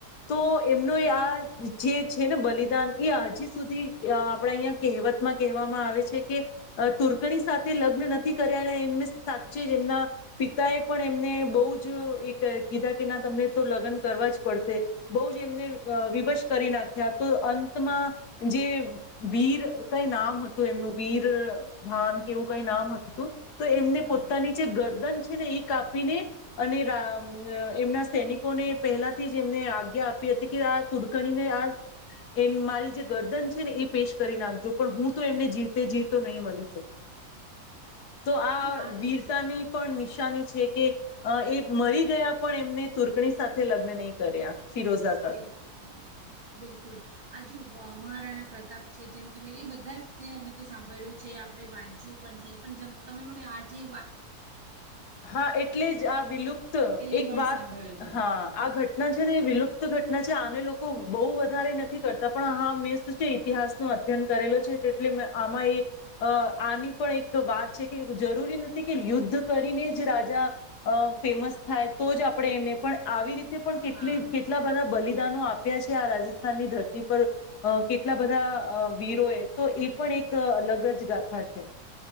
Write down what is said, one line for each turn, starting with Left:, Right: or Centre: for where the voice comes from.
Left: તો એમનું આ જે છે ને બલિદાન એ હજી સુધી અ આપણા અહીંયા કહેવતમાં કહેવામાં આવે છે કે તુર્કણી સાથે લગ્ન નથી કર્યા અને એને સાચે જ એમના પિતા એ પણ એમને બઉ જ એક કીધા કે ના તમને તો લગન કરવા જ પડશે બઉ જ એમને વિવશ કરી નાખ્યા તો અંતમાં જે વીર કઈ નામ હતું એમનું વીર ભાન કે એવું કઈ નામ હતું તો એમને
Right: હા
Left: પોતાની જે ગર દન છે ને એ કાપીને અને રા મ એમના સૈનિકોને પહેલાથી જ એમને આજ્ઞા આપી હતી કે આ તુડકણીને અ આ મારી જે ગરદન છે ને એ પેશ કરી નાખજો પણ હું તો એમને જીવતે જીતો નહી મલી શકું. તો, આ
Right: જો વિશ
Left: વીરતાની પણ નિ <inaudible> છે કે, એ મરી ગયા પણ, એમને તૂર્કણી સાથે લગ્ન નહી કર્યા, ફિરોઝા સાથે.
Right: બિલકુલ બિલકુલ! આજુ મહારાણા પ્રતાપ છે. જેમ તમે એ બધા વિ <unintelligible> અમે તો સાંભળ્યું છે. આપણે વાંચ્યું પણ છે. પણ તમે મને આજે
Left: હા! એટલે જ આ વિલુપ્ત
Right: પહેલી
Left: એક
Right: વાર
Left: વાત,
Right: સાંભળ્યું
Left: હા આ ઘટ ઘટના છે ને એ વિલુપ્ત ઘટના છે. આને લોકો બહુ વધારે નથી કરતા પણ, હા મેં શું છે, ઈતિહાસ ન અધ્યયન કરેલો છે. એટલે આમાં એ અ આની પણ એક વાત છે કે, જરૂરી નથી કે યુદ્ધ કરીને જ જે રાજા ફેમસ થાય તો જ, આપણે એમને પણ, આવી રીતે પણ કેટલી
Right: હા
Left: કેટલા બધા બલિદાનો આપ્યા છે. આ રાજસ્થાનની ધરતી પર કેટલા બધા વીરોએ, તો એ પણ એક અલગ જ ગાથા છે.